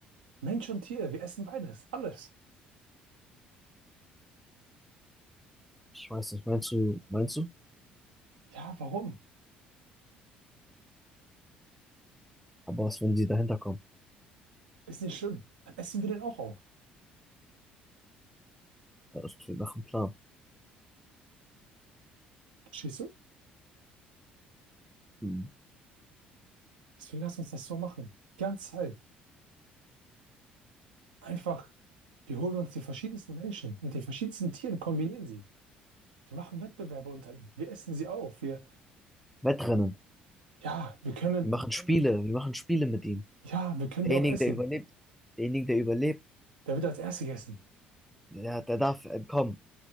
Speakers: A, on the right (about 75°); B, in the centre.
A: Mensch und Tier, wir essen beides, alles.
B: Ich weiß nicht, meinst du, meinst du?
A: Ja, warum?
B: Aber was, wenn sie dahinter kommen?
A: Ist nicht schlimm. Dann essen wir den auch auf.
B: Ja, das klingt nach einem Plan.
A: Verstehst du?
B: Hm.
A: Deswegen lass uns das so machen. Die ganze Zeit. Einfach, wir holen uns die verschiedensten Menschen und die verschiedensten Tiere und kombinieren sie. Wir machen Wettbewerbe unter ihnen. Wir essen sie auf. Wir,
B: Wettrennen.
A: ja, wir können.
B: Wir machen Spiele. Wir machen Spiele mit ihm.
A: Ja, wir können
B: Derjenige,
A: die auch essen.
B: der überlebt, derjenige, der überlebt,
A: Der wird als Erster gegessen.
B: der, der darf entkommen.